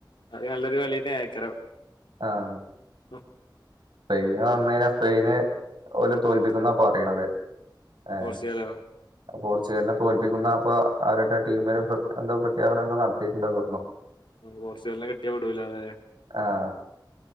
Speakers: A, on the left; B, on the right.
A: അത് നല്ലൊരു കളിയുടെ അയക്കറ
B: ആഹ്
A: <unintelligible>
B: സ്പെയിന് വന്ന കഴിഞ്ഞാ സ്പെയിന് പോല തോല്പ്പിക്കുന്നാ പറയണത് ഏഹ്
A: പോർച്ചുഗലോ
B: പോർച്ചുഗലിനെ തോൽപ്പിക്കുന്ന അപ്പൊ അവരുടെ ടീമില് എന്തോ പ്രഖ്യാപനം എന്താ നടത്തിയിട്ടുണ്ടോ തോന്നോ
A: പോർച്ചുഗൽനെ കിട്ടിയാ വിടുലലേ?
B: ആഹ്